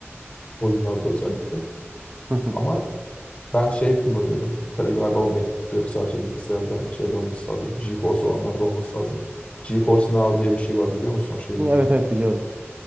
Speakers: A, on the left; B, on the right.
A: oyunlarda özellikle.
B: Hı hı.
A: Ama ben şey kullanıyordum. Tabii galiba o MacBook'ta yok sadece bilgisayarda hani şeyde olması lazım. GeForce olanlarda olması lazım. GeForce Now diye bir şey var biliyor musun? O şeyi
B: Evet
A: bilmiyorum.
B: evet biliyorum.